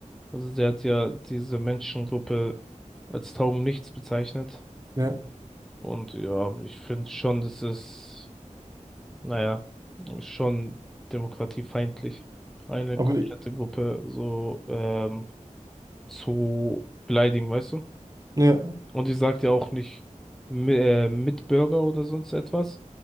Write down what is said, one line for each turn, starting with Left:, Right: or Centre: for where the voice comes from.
Centre: also sie hat ja diese Menschengruppe als Taugenichts bezeichnet.
Right: Ja,
Centre: Und ja, ich finde schon, das ist, naja, schon demokratiefeindlich, eine
Right: aber
Centre: komplette Gruppe so ähm, zu beleidigen, weißt du?
Right: ja,
Centre: Und die sagt ja auch nicht mi- äh, Mitbürger oder sonst etwas,